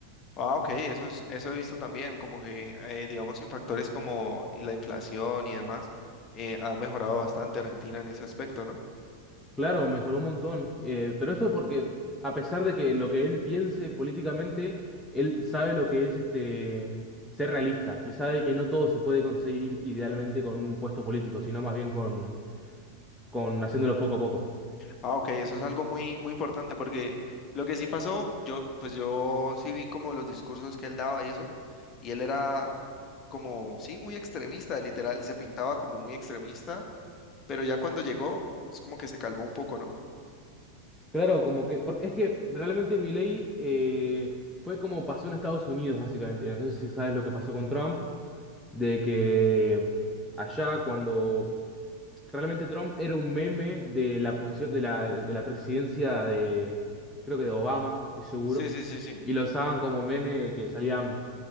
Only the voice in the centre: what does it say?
Claro, mejoró un montón. Eh, pero eso porque, a pesar de que lo que él piense políticamente, él sabe lo que es este ser realista y sabe que no todo se puede conseguir idealmente con un puesto político, sino más bien con, con haciéndolo poco a poco.
Claro, como que, porque es que realmente Milei eh, fue como pasó en Estados Unidos, básicamente. No sé si sabes lo que pasó con Trump, de que allá cuando Realmente Trump era un meme de la posesión, de la, de la presidencia de, creo que de Obama, no estoy seguro.
Y lo usaban como meme que salían